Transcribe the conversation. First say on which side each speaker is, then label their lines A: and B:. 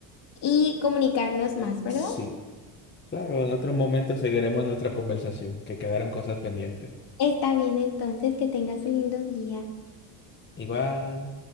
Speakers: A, on the left; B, on the left.
A: y comunicarnos más, ¿verdad?
B: Sí, claro, en otro momento seguiremos nuestra conversación, que quedaron cosas pendientes.
A: Está bien entonces, que tengas un lindo día.
B: Igual.